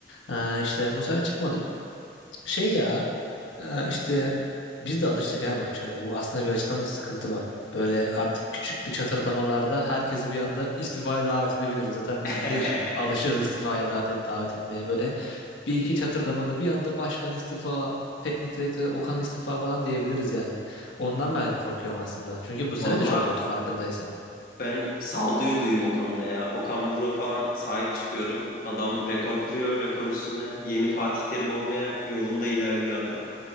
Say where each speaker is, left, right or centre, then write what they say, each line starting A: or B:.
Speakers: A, on the left (about 85°); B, on the left (about 45°).
A: Ee, işte bu sene çıkmadım. Şey ya e, işte biz de alıştık ya başarıya. Bu aslında bir açıdan da sıkıntı bak. Böyle artık küçük bir çatırdamalarda herkesi bir anda istifaya davet edebiliriz. Zaten
B: <laughs>
A: biz biliyorsun alışığız istifaya da davet etmeye böyle. Bir iki çatırdamada bir anda başkan istifa, teknik direktör Okan istifa falan diyebiliriz yani. Ondan ben korkuyorum aslında. Çünkü bu sene
B: Valla
A: de çok oldu farkındaysan.
B: ben sağduyuluyum o konuda ya. Okan Buruk'a falan sahip çıkıyorum. Adam rekor kırıyor, rekor üstüne. Yeni Fatih Terim olmaya yolunda ilerliyor adam.